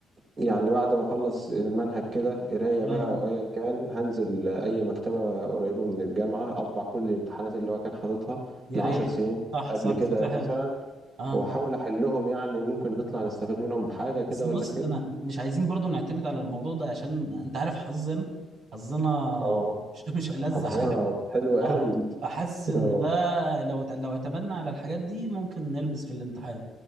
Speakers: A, on the right (about 50°); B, on the right (about 75°).
A: يعني بعد ما اخلص المنهج كده قرايه
B: تمام
A: بقى او ايا كان هنزل اي مكتبه قريبه من الجامعه اطبع كل الامتحانات اللي هو كان حاططها
B: يا
A: لعشر
B: ريت
A: سنين
B: صح
A: قبل
B: صح
A: كده
B: فكره حلوه
A: مثلا
B: اه
A: واحاول احلهم يعني ممكن نطلع نستفاد منهم بحاجه كده
B: بس بص
A: ولا كده
B: انا مش عايزين برضو نعتمد على الموضوع ده عشان انت عارف حظنا حظنا
A: اه
B: مش <laughs> مش ألذ
A: حظنا
B: حاجه
A: حلو قوي
B: اه فحاسس ان
A: اه
B: ده لو ات- لو اعتمدنا على الحاجات دي ممكن نلبس في الامتحان